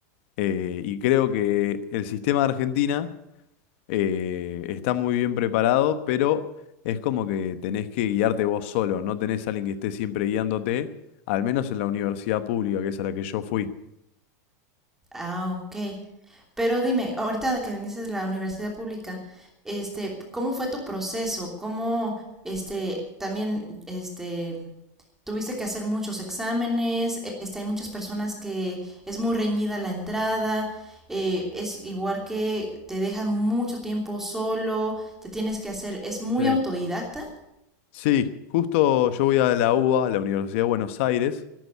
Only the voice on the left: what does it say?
eh, y creo que el sistema de Argentina eh, está muy bien preparado, pero es como que tenés que guiarte vos solo, no tenés a alguien que esté siempre guiándote, al menos en la universidad pública, que es a la que yo fui.
Sí.
Sí, justo yo voy a la UBA, a la Universidad de Buenos Aires,